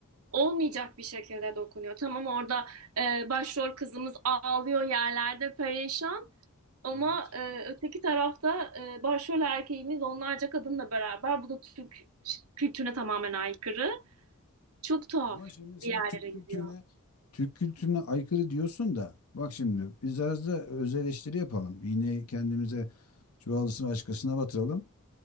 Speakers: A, on the right; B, on the left.
A: olmayacak bir şekilde dokunuyor. Tamam orada e, başrol kızımız ağlıyor yerlerde perişan ama
B: Evet.
A: e, öteki tarafta e, başrol erkeğimiz onlarca kadınla beraber. Bu da Türk kültürüne tamamen aykırı. Çok tuhaf
B: Ama şimdi
A: bir
B: sen
A: yerlere
B: Türk
A: gidiyor.
B: kültürüne Türk kültürüne aykırı diyorsun da bak şimdi biz biraz da öz eleştiri yapalım. İğneyi kendimize çuvalısını başkasına batıralım.